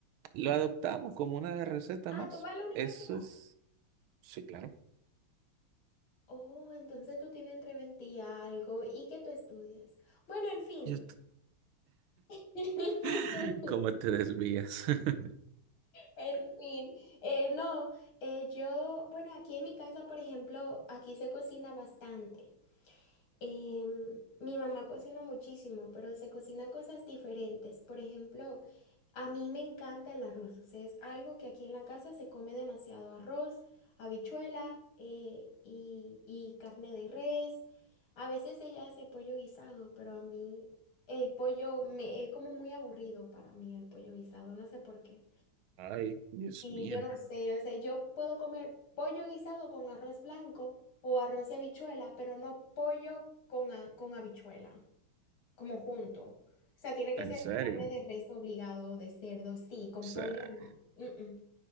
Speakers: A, on the right (about 80°); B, on the left (about 70°).
A: lo adoptamos como una receta
B: Ah,
A: más.
B: ¿tú vas a la universidad?
A: Eso es, sí, claro.
B: Oh, entonces tú tienes entre 20 y algo. ¿Y qué tú estudias? Bueno, en fin.
A: Yo t-
B: <laughs>
A: <laughs> ¿Cómo te desvías? <laughs>
B: En fin. Eh, no, eh, yo, bueno, aquí en mi casa, por ejemplo, aquí se cocina bastante. Em, mi mamá cocina muchísimo, pero se cocina cosas diferentes. Por ejemplo, a mí me encanta el arroz. O sea, es algo que aquí en la casa se come demasiado arroz, habichuela eh, y, y carne de res. A veces ella hace pollo guisado, pero a mí el pollo me es como muy aburrido para mí el pollo guisado. No sé por qué.
A: Ay, Dios
B: Y
A: mío,
B: yo no sé, yo sé, yo puedo comer pollo guisado con arroz blanco o arroz y habichuela, pero no pollo con, a- con habichuela, como junto. O sea, tiene que
A: en
B: ser
A: serio.
B: carne de
A: O
B: res obligado, de cerdo, sí, con
A: sea,
B: pollo no. Mm, mm.